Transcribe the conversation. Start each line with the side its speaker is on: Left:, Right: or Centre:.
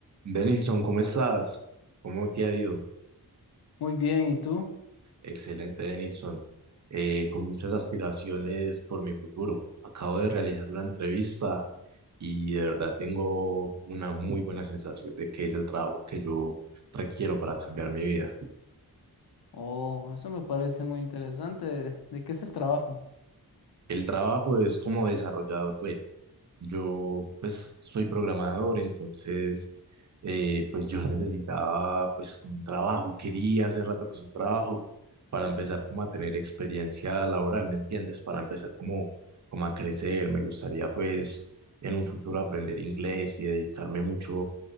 Right: Denilson, ¿cómo estás? ¿Cómo te ha ido?
Left: Muy bien, ¿y tú?
Right: Excelente, Denilson. Eh, con muchas aspiraciones por mi futuro. Acabo de realizar una entrevista y de verdad tengo una muy buena sensación de que es el trabajo que yo requiero para cambiar mi vida.
Left: Oh, eso me parece muy interesante. ¿De, de qué es el trabajo?
Right: El trabajo es como desarrollador web. Yo pues soy programador, entonces eh, pues yo <laughs> necesitaba pues como un trabajo, quería hace rato pues un trabajo para empezar como a tener experiencia laboral, ¿me entiendes? Para empezar como, como a crecer, me gustaría pues en un futuro aprender inglés y dedicarme mucho,